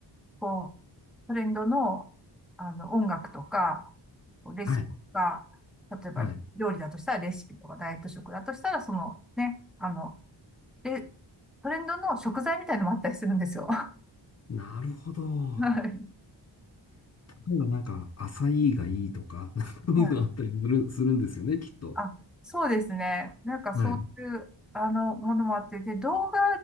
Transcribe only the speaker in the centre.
こう、トレンドの、あの、音楽とか、レシピが、
例えば料理だとしたらレシピとか、
ダイエット食だとしたら、そのね、あの、で、トレンドの食材みたいなのもあったりするんですよ。<laughs> は
い。は
い
あ、そうですね。なんかそういう、
あの、ものもあって、で、動画